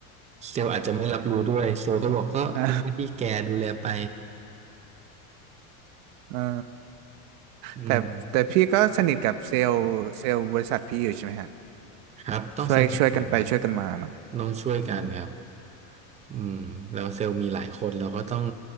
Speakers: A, on the right; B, on the right.
A: เซลล์อาจจะไม่รับรู้ด้วยเซลล์ก็บอกก็เป็นหน้าที่แกดูแลไป
B: <laughs> อ่าอ่า
A: อืม
B: แต่แต่พี่ก็สนิทกับเซลล์เซลล์บริษัทพี่อยู่ใช่ไหมฮะ
A: ครับต้องสนิทกันครับ
B: ช่วยช่วยกันไปช่วยกันมาเนาะ
A: ต้องช่วยกันครับ
B: อืม
A: อืมแล้วเซลล์มีหลายคนเราก็ต้อง